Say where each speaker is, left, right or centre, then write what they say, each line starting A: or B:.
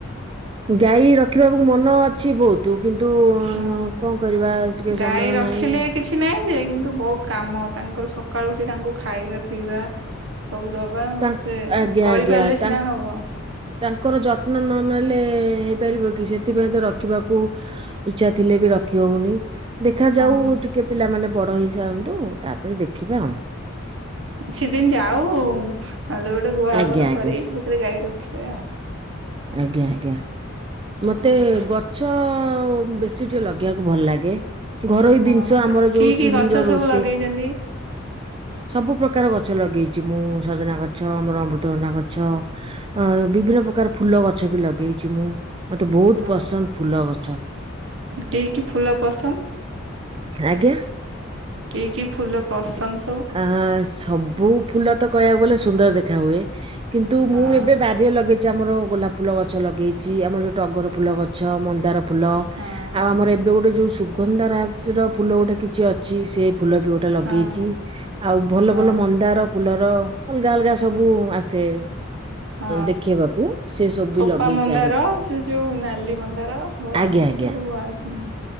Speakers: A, on the right (about 25°); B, on the right (about 65°).
A: ଗାଈ ରଖିବାକୁ ମନ ଅଛି ବହୁ ତୁ କିନ୍ତୁ ଅଁ,
B: ହୁଁ
A: କଣ କରିବା ଟିକେ
B: ଗାଈ
A: ସମୟ
B: ରଖିଲେ
A: ନାହିଁ?
B: କିଛି ନାହିଁ ଯେ କିନ୍ତୁ ବହୁତ କାମ। ତାଙ୍କର ସକାଳୁ ଉଠି ତାଙ୍କୁ ଖାଇବା ପିଇବା ସବୁ ଦବା
A: ତାଙ୍କ
B: ସେ
A: ଆଜ୍ଞା
B: କରିପାରିଲେ
A: ଆଜ୍ଞା ତାଙ୍କ
B: ସିନା ହବ।
A: ତାଙ୍କର ଯତ୍ନ ନ ନେଲେ ହେଇପାରିବ କି? ସେଥିପାଇଁ ତ ରଖିବାକୁ ଇଚ୍ଛା ଥିଲେ ବି ରଖିହଉନି। ଦେଖା
B: ହଁ
A: ଯାଉ ଟିକେ ପିଲାମାନେେ ବଡ଼ ହେଇ ସାରନ୍ତୁ, ତାପରେ ଦେଖିବା।
B: ସେଦିନ ଯାଉ ଯୋଉ ଗୋଟେ ଗୁହାଳ
A: ଆଜ୍ଞା
B: ଘର
A: ଆଜ୍ଞା
B: କରି ଫେରେ ଗାଈ ରଖିବେ ଆଉ।
A: ଆଜ୍ଞା ଆଜ୍ଞା। ମତେ
B: ଆଜ୍ଞା
A: ଗଛ ବେଶୀ ଟିକେ ଲଗେଇବାକୁ ଭଲ ଲାଗେ। ଘରୋଇ
B: ହଁ
A: ଜିନିଷ ଆମର
B: କି
A: ଯୋଉ
B: କି
A: ଚୁଲିର
B: ଗଛ ସବୁ
A: ରୋଷେଇ।
B: ଲଗେଇଛନ୍ତି
A: ସବୁ ପ୍ରକାର ଗଛ ଲଗେଇଛି ମୁଁ ସଜନା ଗଛ ମୋର ଅମୃତଭଣ୍ଡା ଗଛ। ଅ ବିଭିନ୍ନ ପ୍ରକାର ଫୁଲ ଗଛ ବି ଲଗେଇଛି ମୁଁ ମତେ ବହୁତ
B: ହଁ
A: ପସନ୍ଦ ଫୁଲ ଗଛ।
B: କି କିି ଫୁଲ ପସନ୍ଦ?
A: ଆଜ୍ଞା।
B: କି କି ଫୁଲ ପସନ୍ଦ ସବୁ?
A: ଆଁ ସବୁ ଫୁଲ ତ କହିବାକୁ ଗଲେ ସୁନ୍ଦର ଦେଖା ହୁଏ କିନ୍ତୁ
B: ହଁ
A: ମୁଁ ଏବେ ବା ରିରେ ଲଗେଇଛି ଆମର ଗୋଲାପ ଫୁଲ ଗଛ ଲଗେଇଛି ଆମର ଯୋଉ ଟଗର ଫୁଲ ଗଛ ମନ୍ଦାର ଫୁଲ ଆଉ
B: ହଁ
A: ଆମର ଏବେ ଗୋଟେ ଯୋଉ ସୁବ୍ କୁଣ୍ଡ ରାଜ ର ଫୁଲ ଗୋଟେ କିଛି ଅଛି ସିଏ ସେ ଫୁଲ ବି ଗୋଟେ ଲଗେଇଚି।
B: ହଁ
A: ଆଉ ଭଲ
B: ହଁ
A: ଭଲ ମନ୍ଦାର ଫୁଲର ଅଲଗା ଅଲଗା ସବୁ ଆସେ।
B: ହଁ
A: ଦେଖେଇବାକୁ ସେ ସବୁ
B: ଖୋପା
A: ବି ଲଗେଇଛି
B: ମନ୍ଦାର
A: ଆଣିକି
B: ସିଏ ଯୋଉ ନାଲି ମନ୍ଦାର। ଧଳା
A: ଆଜ୍ଞା
B: ମନ୍ଦାର
A: ଆଜ୍ଞା
B: ଯୋଉ ଆସେ ନି?